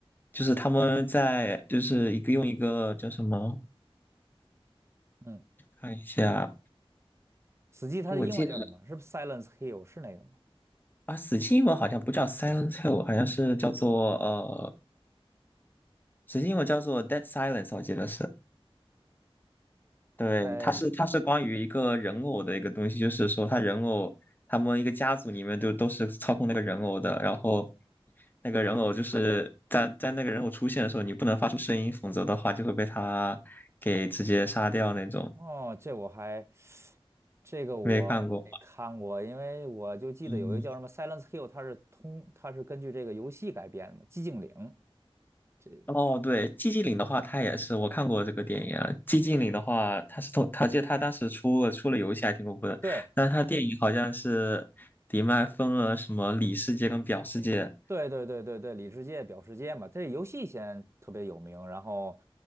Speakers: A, on the left; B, on the right.
A: 就是他们在就是一个用一个叫什么，
B: 嗯。
A: 看一下，
B: 死寂它的英文叫什么？
A: 就我记得
B: 是不是 Silence Hill 是那个吗
A: 啊，死记英文好像不叫 Silent Hill，好像是叫做呃，死记英文叫做 Dead Silence，我记得是。对，
B: ？Silence
A: 它是它是关于一个人偶的一个东西，就是说他人偶他们一个家族里面就都是操控那个人偶的，然后那个人偶就是在在那个人偶出现的时候，你不能发出声音，否则的话就会被他给直接杀掉那种。
B: 哦，这我还这个我没看过，
A: 没看过，
B: 因为我就记得有一个叫什么
A: 嗯，
B: Silence Hill，它是通它是根据这个游戏改编的嘛，寂静岭。这
A: 哦，对，寂静岭的话，它也是我看过这个电影啊。寂静岭的话，它是从，它记得它当时出了出了游戏还挺恐怖的，
B: 对
A: 但它电影好像是迪面还分了什么里世界跟表世界。
B: 对对对对对，里世界表世界嘛，这游戏先特别有名，然后